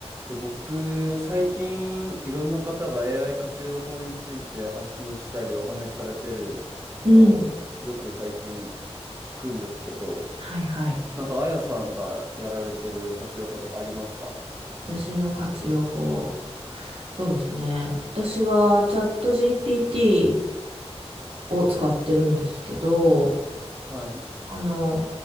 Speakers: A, on the right (about 25°); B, on the right (about 60°).
A: と僕、最近いろんな方が AI 活用法について発信したりお話しされてるのをよく最近
B: うん。
A: 聞くんですけど、
B: はいはい。
A: なんかあやさんがやられてる活用法とかありますか
B: 私の活用法。そうですね。私はチャット GPT を使ってるんですけど、
A: はい。
B: あの、